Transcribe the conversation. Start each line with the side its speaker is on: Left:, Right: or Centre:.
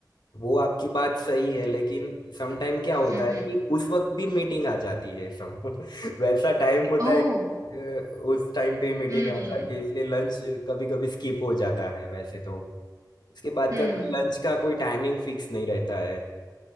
Left: वो आपकी बात सही है लेकिन समटाइम क्या होता
Right: हम्म
Left: है
Right: हम्म
Left: कि उस वक्त भी मीटिंग आ जाती है सम <laughs> वैसा टाइम होता
Right: ओह
Left: है कि, अ, उस टाइम पे मीटिंग
Right: हम्म
Left: आ जाती है इसलिए लंच कभी कभी स्किप हो जाता है वैसे तो इसके बाद
Right: हम्म
Left: का कोई लंच का कोई टाइमिंग फिक्स नहीं रहता है